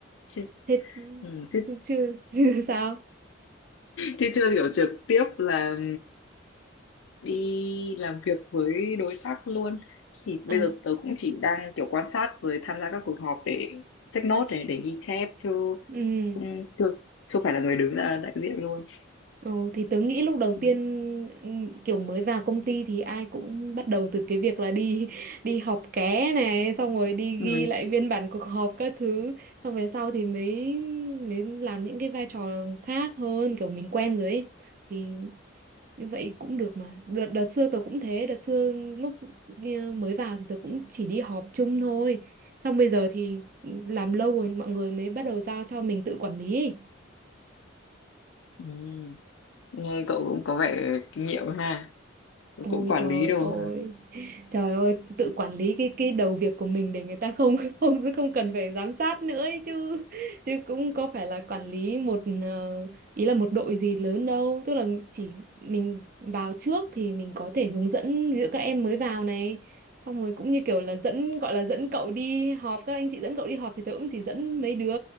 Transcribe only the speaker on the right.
thế
chứ, chứ, <laughs> sao
à
ừ
Ừ, thì tớ nghĩ lúc đầu
tiên ừm, kiểu mới vào công ty thì ai cũng bắt đầu từ cái việc là đi <laughs> đi họp ké này xong rồi đi
ghi lại biên bản cuộc họp các thứ xong về sau thì mới mới làm những cái vai trò khác hơn kiểu mình quen rồi ấy thì như vậy cũng được mà đợt, đợt xưa tớ cũng thế đợt xưa lúc đi- mới vào thì tớ cũng chỉ đi họp chung thôi xong bây giờ thì ừ, làm lâu rồi mọi người mới bắt đầu giao cho mình tự quản lý ấy.
Ôi
trời
ơi
Trời ơi, tự quản lý cái cái đầu việc của mình để người ta không <laughs> không không cần phải giám sát nữa ấy chứ chứ cũng có phải là quản lý một ờ, ý là một đội gì lớn đâu, tức là chỉ mình vào trước thì mình có thể hướng dẫn ví dụ các em mới vào này, xong rồi cũng như kiểu là dẫn gọi là dẫn cậu đi họp các anh chị dẫn cậu đi họp thì tớ cũng chỉ dẫn mấy đứa